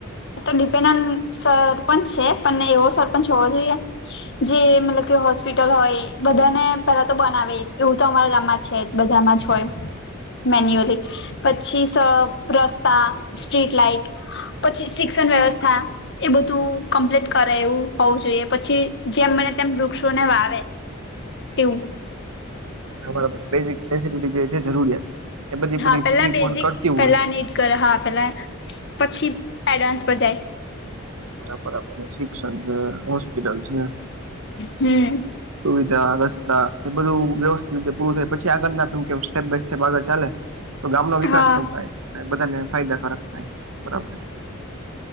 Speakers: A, on the left; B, on the right.
A: એ તો ડિપેન્ડ ઓન સરપંચ છે પણ એવો સરપંચ હોવો જોઈએ જે મતલબ કે હોસ્પિટલ હોય બધાને પેલા તો બનાવે એવું તો અમારા ગામમાં છે જ. બધામાં જ હોય. મેન્યુઅલી પછી સ રસ્તા સ્ટ્રીટ લાઇટ પછી શિક્ષણ વ્યવસ્થા એ બધું કમ્પ્લીટ કરે એવું હોવું જોઈએ પછી જેમ મને તેમ વૃક્ષોને વાવે. એવું.
B: બરાબર બેજીક બેજીક જગ્યા છે જરૂરિયાત એ બધી પૂરી
A: હા પેલા
B: પૂરી
A: બેઝિક
B: પણ કરતી હોય
A: પેલા નીટ કરે હા પેલા પછી એડવાન્સ પર જાય
B: બરા બરાબર છે શિક્ષણ છે હોસ્પિટલ છે.
A: હમ્મ
B: સુવિધા રસ્તા એ બધું વ્યવસ્થિત રીતે પૂરું થાય પછી આગળ ના ત કેમ સ્ટેપ બાય સ્ટેપ આગળ ચાલે તો ગામનો વિકાસ
A: હા
B: પણ થાય અને બધાને ફાયદાકારક થાય બરાબર ને